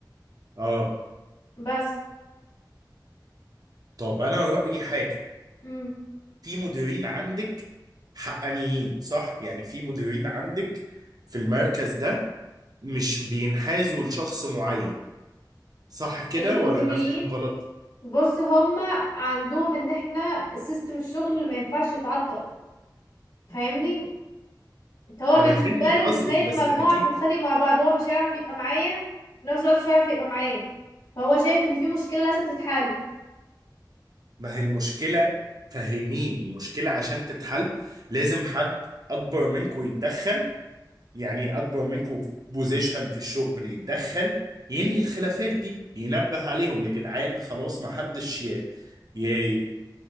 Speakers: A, on the right; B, on the left.
A: اه
B: بس
A: طب انا رأيي حاجة
B: مم.
A: في مديرين عندك حقانيين صح يعني في مديرين عندك في المركز ده مش بينحازوا لشخص معين صح كده
B: المديرين
A: ولا انا فاهم غلط
B: بص هما عندهم ان احنا سيستم الشغل ما ينفعش يتعطل فاهمني هو
A: انا
B: بالنسبه
A: فاهم
B: له
A: قصدك
B: انه شايف
A: بس
B: مجموعه
A: اكيد
B: بتتخانق مع بعض هو مش هيعرف يبقى معايا في نفس الوقت مش هيعرف يبقى معايا فهو شايف ان في مشكله لازم تتحل
A: ما هي المشكلة فهميني المشكلة عشان تتحل لازم حد اكبر منكم يتدخل يعني اكبر منكم بوزيشن في الشغل يتدخل ينهي
B: مم.
A: الخلافات دي ينبه عليهم يا جدعان خلاص ما حدش ي... ي...